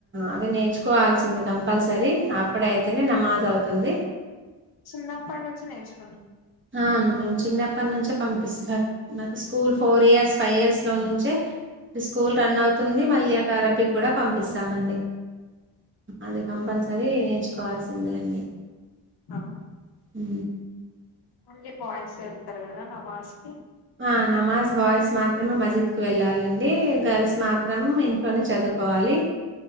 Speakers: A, on the right (about 25°); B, on the left (about 50°).
A: అవి నేర్చుకోవాల్సిందే కంపల్స సరి అప్పుడైతేనే నమాజ్ అవుతుంది.
B: చిన్నాప్పడు నుంచి నేర్చు
A: అవును మేం చిన్నప్ నుంచే పంపిస్తారు నాకు school four years five years లో నుంచే స్కూల్ రన్ అవుతుంది మళ్ళీ అటు అరబ్బీ కూడా పంపిస్తామండి అది కంపల్సరీ నేర్చుకోవాల్సిందే అండి
B: అవ్
A: హ
B: మళ్ళీ బాయ్స్ వెళ్తారు కదా నమాజ్ కి
A: ఆ నమాజ్ బాయ్స్ మాత్రమే మజిద్ కు వెళ్ళాలండి గర్ల్స్ మాత్రం ఇంట్లోనే చదువు కోవాలి